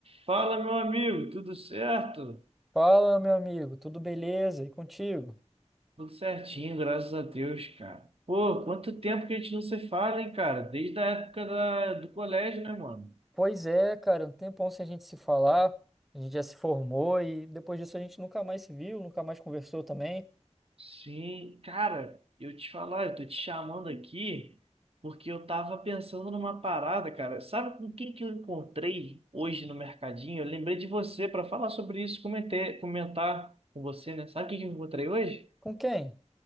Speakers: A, on the right; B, in the centre.
A: Fala, meu amigo, tudo certo?
B: Fala, meu amigo, tudo beleza? E contigo?
A: Tudo certinho, graças a Deus, cara. Pô, quanto tempo que a gente não se fala, hein, cara? Desde a época da, do colégio, né, mano?
B: Pois é, cara, um tempão sem a gente se falar, a gente já se formou e depois disso a gente nunca mais se viu, nunca mais conversou também.
A: Sim, cara, eu te falar, eu tô te chamando aqui porque eu tava pensando numa parada, cara. Sabe com quem que eu encontrei hoje no mercadinho? Eu lembrei de você pra falar sobre isso, comentei, comentar com você, né? Sabe quem que eu encontrei hoje?
B: Com quem?